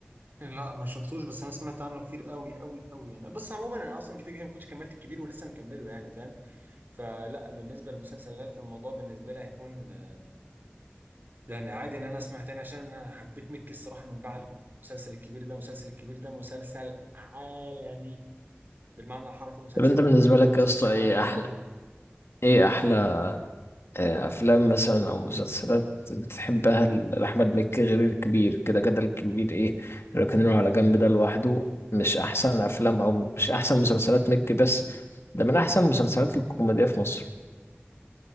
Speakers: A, on the right; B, on the left.
A: لا ما شفتوش بس انا سمعت عنه كتير قوي قوي قوي يعني بس عموما انا اصلا كده كده ما كنتش كملت الكبير ولسه مكمله يعني فاهم فلا بالنسبه لمسلسل غالي في الموضوع بالنسبه لي هيكون آه، يعني عادي ان انا اسمع تاني عشان انا حبيت مكي الصراحه من بعد المسلسل الكبير ده مسلسل الكبير ده مسلسل عالمي بالمعنى الحرفي المسلسل
B: طب انت
A: الكبير
B: بالنسبه
A: ده
B: لك
A: مسلسل
B: يا اسطى ايه
A: عالمي
B: احلى ايه احلى آه، افلام مثلا او مسلسلات بتحبها ل- لاحمد مكي غير الكبير كده كده الكبير ايه ركنينه على جنب ده لوحده مش احسن افلام او مش احسن مسلسلات مكي بس ده من احسن المسلسلات الكوميديه في مصر